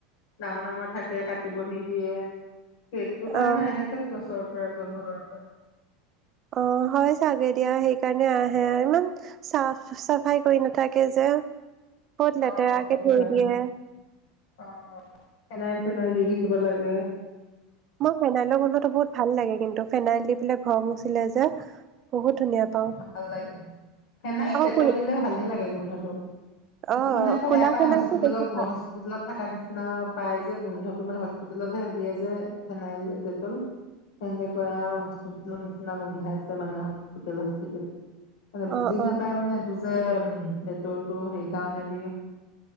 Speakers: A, on the left; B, on the right.
A: ডাঙৰ ডাঙৰ থাকে কাটিব নিদিয়ে। সেইটো কাৰণে
B: অহ
A: আহে চাগে গছৰ পৰা জংঘলৰ পৰা।
B: অ', হয় চাগে দিয়া সেইকাৰণে আহে ইমান চাফ চাফ চাফাই কৰি নাথাকে যে বহুত লেতেৰাকে
A: অ সেইটো
B: থৈ
A: কাৰণে
B: দিয়ে।
A: অ', ফেনাইল চেনাইল দি থাকিব লাগে।
B: মই ফেনাইলৰ গোন্ধটো বহুত ভাল লাগে কিন্তু ফেনাইল দি পেলাই ঘৰ মুচিলে যে। বহুত ধুনীয়া পাওঁ
A: ভাল লাগে ফেনাইল
B: আকৌ
A: ডেটল
B: কো
A: দিলে ভালে লাগে গোন্ধটো। কিছুমানে
B: অ
A: আকৌ
B: ক'লা
A: বেয়া পায়
B: ফেনাইলটো
A: হস্পিতালৰ
B: বেছি
A: হস্পি
B: ভাল
A: হস্পিতালত থকাৰ নিচিনা পাই যে গোন্ধতো হস্পিতেলত হে দিয়ে যে ফেনাইল ডেটল।
B: <inaudible>
A: তেনেকৈ আৰু হস্পিতালৰ নিচিনা গোন্ধাইছে মানে হস্পিতেল হস্পিতেল। মানে বুজি
B: অ অ
A: নাপায় মানে এইটো যে উম ডেটলটো সেই কাৰণে দিয়ে।